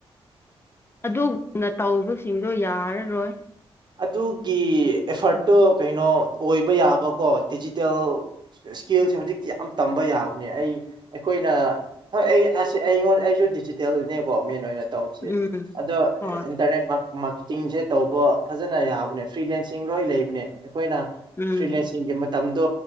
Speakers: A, on the left; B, on the right.
A: ꯑꯗꯨꯒꯨꯝꯅ ꯇꯧꯕꯁꯤꯡꯗꯣ ꯌꯥꯔꯥꯔꯣꯏ꯫
B: ꯑꯗꯨꯒꯤ ꯑꯦꯐꯔꯠꯇꯣ ꯀꯩꯅꯣ ꯑꯣꯏꯕ ꯌꯥꯕꯀꯣ ꯗꯤꯖꯤꯇꯦꯜ꯫ ꯏꯁꯀꯦꯜꯁꯦ ꯍꯧꯖꯤꯛꯇꯤ ꯌꯥꯝ ꯇꯝꯕ ꯌꯥꯕꯅꯦ ꯑꯩ ꯑꯩꯈꯣꯏꯅ ꯍꯣꯏ ꯑꯩ ꯑꯁꯦ ꯑꯩꯉꯣꯟꯅ ꯑꯩꯁꯨ ꯗꯤꯖꯤꯇꯦꯜꯅꯦꯀꯣ ꯃꯦꯟ ꯑꯣꯏꯅ ꯇꯧꯁꯦ
A: ꯎꯝ
B: ꯑꯗꯣ
A: ꯍꯣꯏ
B: ꯏꯟꯇꯔꯅꯦꯠ ꯃꯥꯛ ꯃꯥꯛꯇꯤꯡꯁꯦ ꯇꯧꯕ ꯐꯖꯅ ꯌꯥꯕꯅꯦ ꯐ꯭ꯔꯤꯂꯦꯟꯁꯤꯡ ꯔꯣꯏ ꯂꯩꯕꯅꯦ ꯑꯩꯈꯣꯏꯅ
A: ꯎꯝ
B: ꯐ꯭ꯔꯤꯂꯦꯟꯁꯤꯡꯒꯤ ꯃꯇꯝꯗꯣ꯫